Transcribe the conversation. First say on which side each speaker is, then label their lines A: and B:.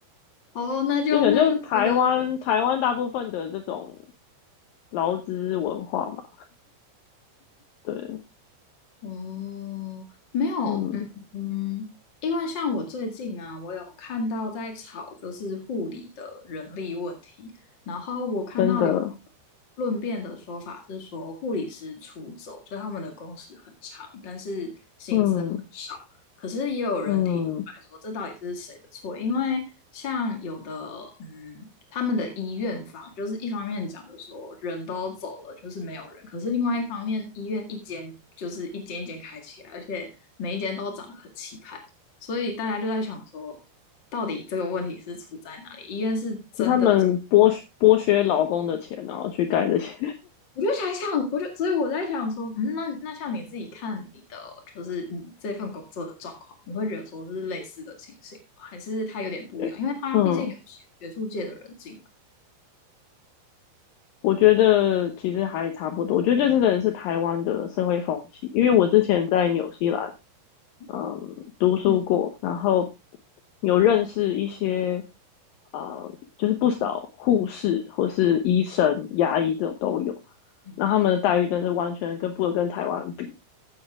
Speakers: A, on the left; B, on the left.
A: 哦，那就那就觉得。
B: 就可能就是台湾台湾大部分的这种劳资文化嘛，对，
A: 哦，没有，
B: 嗯，
A: 嗯嗯，因为像我最近啊，我有看到在吵就是护理的人力问题，然后我看到有
B: 真的，
A: 论辩的说法是说护理师出走，就他们的工时很长，但是薪资。
B: 嗯
A: 可是也有人提出来说，
B: 嗯，
A: 这到底是谁的错？因为像有的，嗯，他们的医院方就是一方面讲的说人都走了，就是没有人，可是另外一方面，医院一间就是一间一间开起来，而且每一间都长得很气派，所以大家就在想说，到底这个问题是出在哪里？医院是真的。
B: 是他们剥削剥削劳工的钱，然后去盖这些，
A: 我就才想，我就所以我在想说，嗯，那那像你自己看你的，就是你这份工作的状况，你会觉得说是类似的情形吗还是它有点不一样？
B: <laughs> 对，
A: 因为它毕竟有些学术界的人进来。
B: 嗯。我觉得其实还差不多，我觉得这真的是台湾的社会风气，因为我之前在纽西兰，嗯，
A: 嗯
B: 读书过，
A: 嗯
B: 然后有认识一些，呃，就是不少护士或是医生、牙医这种都有，
A: 嗯嗯嗯，
B: 那他们的待遇真是完全跟不能跟台湾比，